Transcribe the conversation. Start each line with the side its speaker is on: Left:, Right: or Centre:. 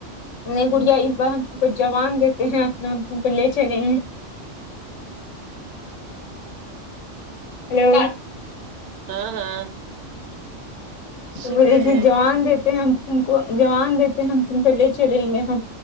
Left: نہیں گڑیا اس بار ہم کچھ جوان دیتے ہیں اپنا اپ ان کو لے چلیں ہیلو
Right: ہاں ہاں سن
Left: بڑے
Right: رہے
Left: ہی
Right: ہیں
Left: جوان دیتے ہیں ہم تم کو جوان دیتے ہیں ہم تم کو لے چلیں گے ہم